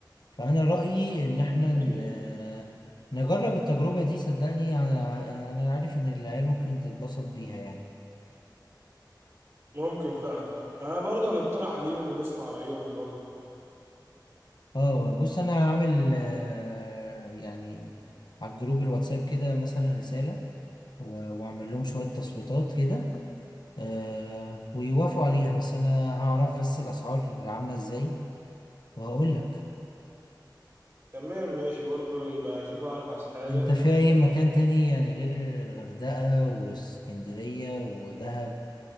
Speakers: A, on the left; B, on the right.
A: فانا رايي ان احنا ن...
B: حلو.
A: نجرب التجربه دي صدقني ع- انا عارف ان العيال ممكن تتبسط بيها يعني
B: ممكن فعلا انا برضه هنقترح عليهم ونسمع رايهم برضه
A: اه بص انا هعمل آه، يعني على الجروب الواتساب كده مثلا رساله و- واعمل لهم شوية تصويتات كده آه ويوافقوا عليها بس انا هعرف بس الاسعار عاملة ازاي وهقول لك
B: تمام ماشي برضه يبقى نشوف ارخص حاجه
A: انت في اي مكان تاني يعني غير الغردقة واسكندرية ودهب